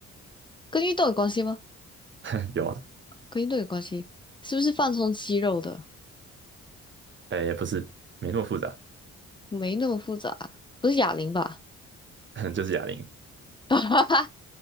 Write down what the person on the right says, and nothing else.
<laughs> 有啊，
哎，不是，没那么复杂，
<laughs> 就是哑铃。